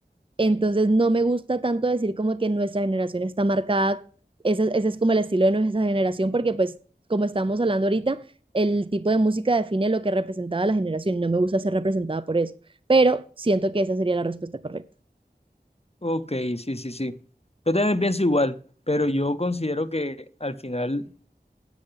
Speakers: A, on the right; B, on the left.
A: Entonces no me gusta tanto decir como que nuestra generación está marcada, ese, ese es como el estilo de nuestra generación, porque pues como estamos hablando ahorita, el tipo de música define lo que representaba la generación y no me gusta ser representada por eso, pero siento que esa sería la respuesta correcta.
B: Ok, sí, sí, sí. Yo también pienso igual, pero yo considero que al final